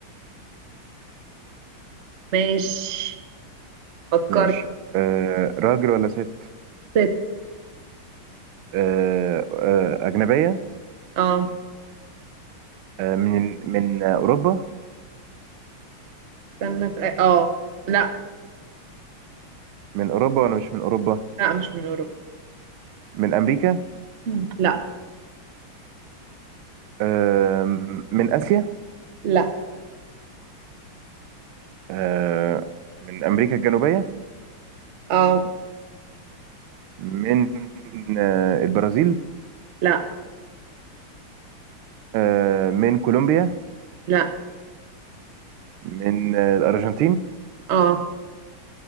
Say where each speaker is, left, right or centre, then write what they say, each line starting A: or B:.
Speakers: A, on the right (about 55°); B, on the right (about 80°).
A: ماشي فكرت
B: ماشي آه راجل ولا ست
A: ست
B: آه آه أجنبية
A: اه
B: آه من من أوروبا
A: استنى في اه لا
B: من أوروبا ولا مش من أوروبا
A: لا مش من اوروبا
B: من أمريكا
A: <clears throat> لا
B: آه من آسيا
A: لا
B: آه، من أمريكا الجنوبية
A: اه
B: من آه، البرازيل
A: لا
B: آه، من كولومبيا
A: لا
B: من آه، الأرجنتين
A: اه